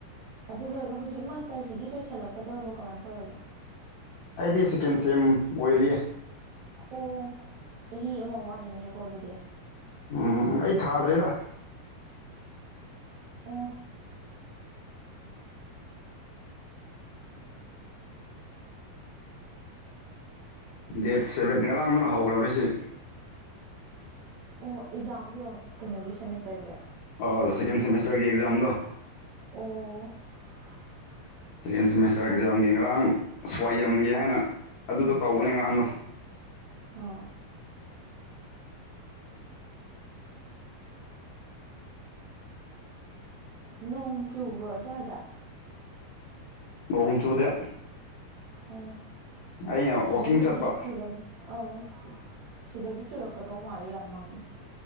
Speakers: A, on the right (about 70°); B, on the left (about 75°).
A: ꯑꯗꯨꯒ ꯍꯧꯖꯤꯛ ꯃꯥꯁꯇꯔꯁꯤꯗꯤ ꯂꯣꯏꯁꯜꯂꯛꯀꯗꯧꯔꯤꯕꯣ ꯀꯃꯥꯏ ꯇꯧꯔꯒꯦ
B: ꯑꯩꯗꯤ ꯁꯦꯀꯦꯟ ꯁꯦꯝ ꯑꯣꯏꯔꯤꯌꯦ
A: ꯑꯣ ꯆꯍꯤ ꯑꯃ ꯋꯥꯠꯂꯤꯅꯦꯀꯣ ꯑꯗꯨꯗꯤ
B: ꯎꯝ ꯑꯩ ꯊꯥꯗ꯭ꯔꯦꯗ
A: ꯑꯝ
B: ꯗꯦꯠ ꯁꯚꯦꯟ ꯉꯔꯥꯡꯗꯅ ꯍꯧꯈ꯭ꯔꯕꯅꯦ ꯁꯤ
A: ꯑꯣ ꯑꯦꯛꯖꯥꯝꯕꯨꯔꯣ ꯀꯩꯅꯣꯒꯤ ꯁꯦꯃꯤꯁꯇꯔꯒꯤ
B: ꯑꯣ ꯁꯦꯀꯦꯟ ꯁꯦꯃꯤꯁꯇ꯭ꯔꯒꯤ ꯑꯦꯛꯖꯥꯝꯗꯣ
A: ꯑꯣ
B: ꯁꯦꯀꯦꯟ ꯁꯦꯃꯦꯁꯇ꯭ꯔ ꯑꯦꯛꯖꯥꯝꯒꯤ ꯉꯔꯥꯡ ꯁ꯭ꯋꯥꯏꯑꯒꯦ ꯍꯥꯏꯅ ꯑꯗꯨꯗꯣ ꯇꯧꯕꯅꯦ ꯉꯔꯥꯡꯗꯣ
A: ꯑꯣ ꯅꯣꯡ ꯆꯨꯕ꯭ꯔꯣ ꯑꯗꯨꯋꯥꯏꯗ
B: ꯅꯣꯡ ꯆꯨꯗꯦ
A: ꯑꯣ
B: ꯑꯩꯅ
A: ꯁꯤꯗꯩꯗꯗꯤ
B: ꯋꯥꯛꯀꯤꯡ ꯆꯠꯄ
A: ꯆꯨꯔꯝ ꯑꯧ ꯁꯤꯗꯗꯤ ꯆꯨꯔꯛꯀꯗꯧ ꯃꯥꯜꯂꯦ ꯌꯥꯝ ꯃꯪꯉꯦ